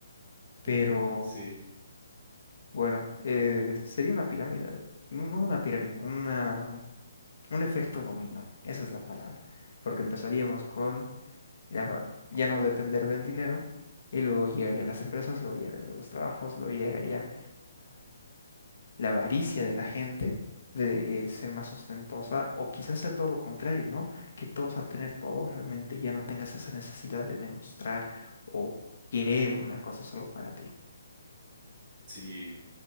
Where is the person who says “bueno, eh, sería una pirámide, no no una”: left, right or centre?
Left